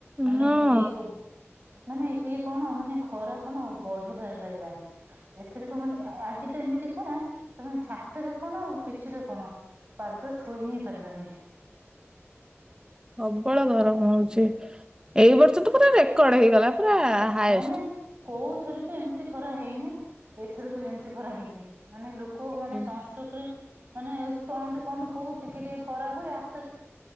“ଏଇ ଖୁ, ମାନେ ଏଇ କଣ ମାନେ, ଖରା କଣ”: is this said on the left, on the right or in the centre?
Right